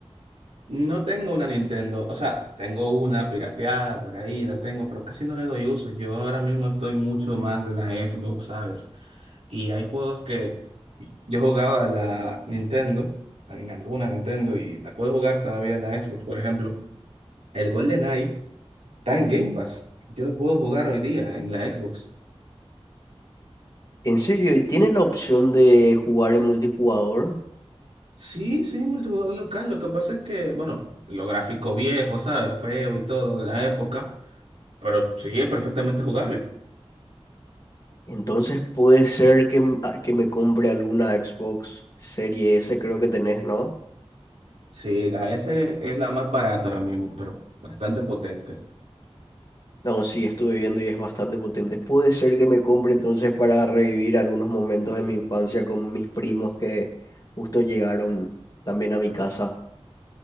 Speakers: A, on the right (about 85°); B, on the left (about 35°).
A: No tengo una Nintendo, o sea, tengo una pirateada por ahí, la tengo, pero casi no le doy uso. Yo ahora mismo estoy mucho más de la Xbox, ¿sabes? Y hay juegos que yo jugaba a la Nintendo, en alguna Nintendo, y la puedo jugar todavía en la Xbox. Por ejemplo, el GoldenEye está en Game Pass. Yo lo puedo jugar hoy día en la Xbox.
B: ¿En serio? ¿Y tienes la opción de jugar en multijugador?
A: Sí, sí, multijugador local. Lo que pasa es que, bueno, lo gráfico viejo, ¿sabes? Feo y todo de la época, pero sí, es perfectamente jugable.
B: Entonces puede ser que, m- a- que me compre alguna Xbox Serie S, creo que tenés, ¿no?
A: Sí, la S es la más barata ahora mismo, pero bastante potente.
B: No, sí, estuve viendo y es bastante potente. Puede ser que me compre entonces para revivir algunos momentos de mi infancia con mis primos que justo llegaron también a mi casa.